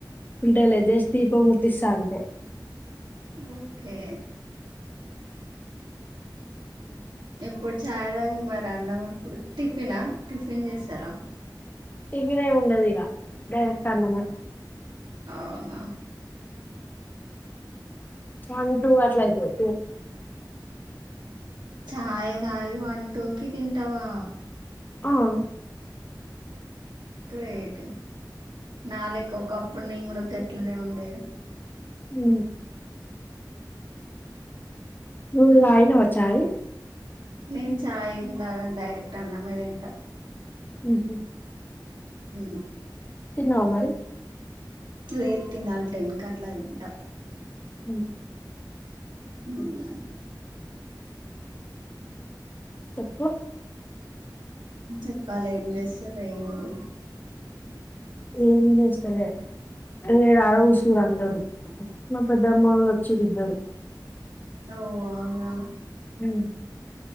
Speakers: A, on the left; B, on the right.
A: ఉంటలె జస్ట్ దీపం ముట్టిస్త అంతే
B: ఒకే ఎప్పుడు చాయ్ తాగ మరి అన్నం ఇప్పుడు టిఫిన్ టిఫిన్ చేస్తారా
A: టిఫిన్ ఎం ఉండదిగా డైరెక్ట్ అన్నమే
B: అవునా
A: వన్ టూ అట్ల అయిపోయి
B: చాయ తగి వన్ టూ కి తింటావా
A: అవును
B: గ్రేటే నాలెక్క ఒకప్పుడు నేను కూడా గట్లనే ఉండేది.
A: హ ఉ వాయిన వచ్చాయి
B: నేను చాయ్ ఏమి తాగం డైరెక్ట్ అన్నం తింటాము.
A: అహు
B: ఉ
A: తిన్నావు మరి
B: లేదు తినాలి టెన్ కట్లా తింటా
A: అ
B: ఇంగ
A: చెప్పు
B: చెప్పాల ఏం చేసారు ఏంది?
A: ఏం జెస్తలే ఈడ ఆడ కూసుర్రు అందరూ మా పె పెద్దమ్మ వాళ్ళు వచ్చిర్రు ఇద్దరు
B: ఓ అవునా
A: ఉ